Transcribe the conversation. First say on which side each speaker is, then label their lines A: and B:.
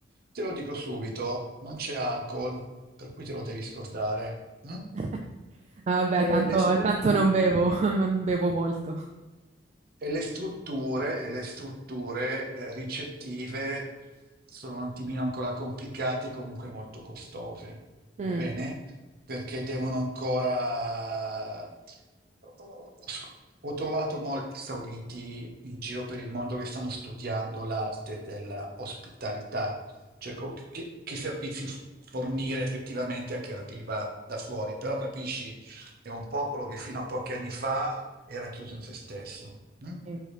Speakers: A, on the right (about 55°); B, on the right (about 40°).
A: Te lo dico subito, non c'è alcol, per cui te lo devi scordare. mm?
B: <laughs> Vabbè, tanto,
A: E le strutture.
B: tanto non bevo, <laughs> non bevo molto.
A: E le strutture, e le strutture, eh, ricettive sono un attimino ancora complicate e comunque molto costose,
B: Mm,
A: va bene? Perché devono ancora... Ho ho- ho trovato molti sauditi in giro per il mondo che stanno studiando l'arte della ospitalità, cioè co- che, che servizi f- fornire effettivamente a chi arriva da fuori. Però capisci, è un popolo che fino a pochi anni fa era chiuso in se stesso. Mm?
B: sì,